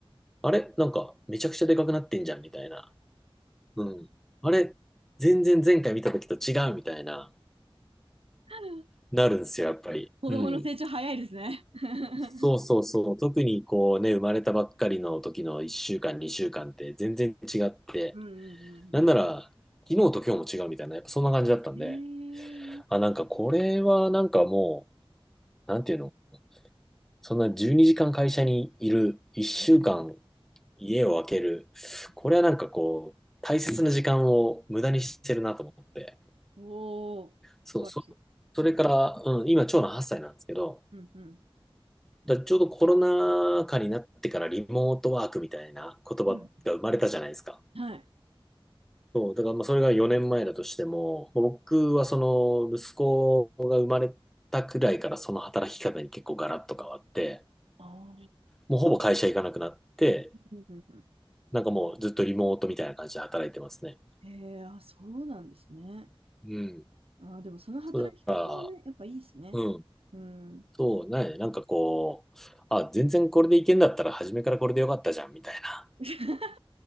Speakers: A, in the centre; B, on the right.
A: あれなんかめちゃくちゃでかくなってんじゃんみたいな。うん。あれ、全然前回見た時と違うみたいな、
B: <laughs>
A: なるんですよ、やっぱり。
B: 子供の成長早いですね。
A: うん。
B: <laughs>
A: そうそうそうそう。特にこうね、生まれたばっかりの時の1週間、2週間って全然違って、
B: うんうんうん
A: なんなら、昨日と今日も違うみたいな、やっぱそんな感じだったんで、
B: うん。へえ。う
A: あ、なんかこれはなんかもう、なんていうの、そんな12時間会社にいる、1週間
B: んうん
A: 家を空ける、これはなんかこう、
B: うん。
A: 大切な時間を無駄にしてるなと思って。
B: おお、
A: そう、
B: 素晴らしい。
A: そ、それから、うん、今、長男8歳なんですけど、
B: うんうん。
A: だちょうどコロナ禍になってからリモートワークみたいな言葉が生まれたじゃないですか。
B: うん。はい。
A: そう、だからまあそれが4年前だとしても、まあ僕はその息子が生まれたくらいからその働き方に結構ガラッと変わって、
B: ああ。
A: もうほぼ会社行かなくなって、
B: うんうんうん。
A: なんかもうずっとリモートみたいな感じで働いてますね。
B: へえ、あ、そうなんですね。
A: うん。
B: ああ、でもその働き方はね、
A: そうだか
B: やっぱいいですね。
A: ら、うん。
B: うん。
A: そう、ないなんかこう、あ、全然これでいけんだったら初めからこれでよかったじゃんみたいな。
B: <laughs>